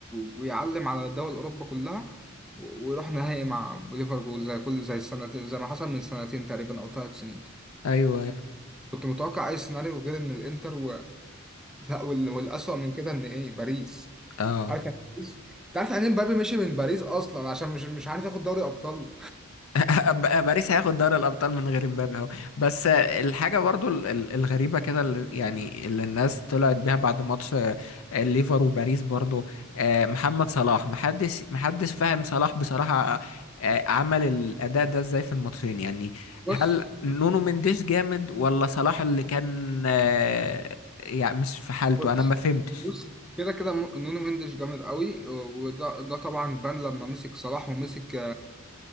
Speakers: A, in the centre; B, on the left.
A: و... ويعلم على دول اوروبا كلها و... ويروح نهائي مع ليفربول زي كل زي السنتين زي ما حصل من سنتين تقريبا او ثلاث سنين
B: ايوه
A: كنت متوقع اي سيناريو غير ان الانتر و... لا وال... والاسوأ من كده ان ايه باريس
B: اه
A: عارف يعني إيه باريس انت عارف يعني إيه مبابي مشي من باريس اصلا عشان مش مش عارف ياخد دوري ابطال
B: <laughs> ب- باريس هياخد دوري الابطال من غير مبابي اهو بس الحاجه برضو ال- ال- الغريبه كده اللي يعني اللي الناس طلعت بيها بعد ماتش آه، الليفر وباريس برضو آه، محمد صلاح محدش محدش فاهم صلاح بصراحه آه، آه، عمل الاداء ده ازاي في الماتشين يعني
A: بص
B: هل نونو مندش جامد ولا صلاح اللي كان آه، يعني مش في حالته
A: بص
B: انا ما
A: بص
B: فهمتش
A: بص كده كده م- نونو مندش جامد قوي وده ده طبعا بان لما مسك صلاح ومسك آه،